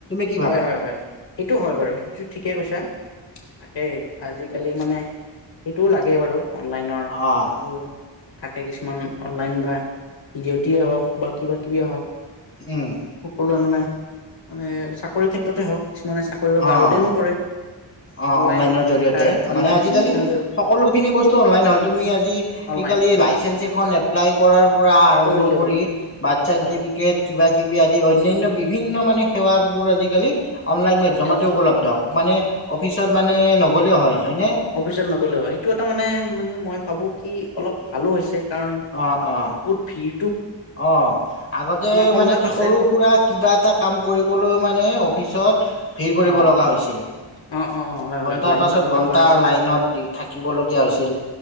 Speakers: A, on the left; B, on the left.
A: কি
B: হয়
A: ভাবা
B: হয় হয় সেইটো হয় বাৰু সেইটোটো ঠিকে কৈছা। তাকে আজিকালি মানে সেইটোও লাগে বাৰু অনলাইনৰ
A: অ',
B: যোনটো থাকে কিছুমান অনলাইন বা ভিডিঅ' টি হওক বা কিবা কিবিয়ে হওক
A: উম,
B: সকলোৱে মানে মানে চাকৰি কৰি ক্ষেত্ৰতে হওক। কিছুমানে চাকৰিৰ বাবে
A: অ'।
B: আৱেদনো কৰে
A: অ
B: অনলাইন
A: অনলাইনৰ
B: শিক্ষা
A: জৰিয়তে
B: অনলাইন
A: মানে আজিকালি
B: অনলাইনৰ জৰিয়তে
A: সকলোখিনি বস্তু অনলাইন হ'ল তুমি আজি
B: অনলাইন
A: কালি লাইচেঞ্চ এখন এপ্লাই কৰাৰ পৰা আৰম্ভ
B: কৰিলেও
A: কৰি বাৰ্থ চাৰ্টিফিকেট
B: হয় হয়
A: কিবা কিবি আদি অনয়ানয় বিভিন্ন মানে সেৱাবোৰ আজিকালি অনলাইন মাধ্যমতে
B: আজিকালি চব
A: উপলব্ধ মানে অফিচত মানে নগ'লেও হয় হয়নে
B: অফিচত নগলো হয় সেইটো এটা মানে মানে মই‌ ভাৱো কি অলপ ভালো হৈছে। কাৰণ
A: অ অ
B: বহুত ভিৰ।
A: অ, আগতে
B: সময়ো
A: মানে
B: বাচে
A: সৰু, সুৰা কিবা এটা কাম কৰিবলৈ মানে অফিচত ভিৰ কৰিব
B: অ
A: লগা হৈছিল।
B: অ অ অ হয়
A: ঘন্টাৰ
B: হয় লাইন
A: পাছত
B: পাতিব
A: ঘন্টা
B: লগা হৈছিল
A: লাইনত দি থাকিবলগীয়া হৈছিল,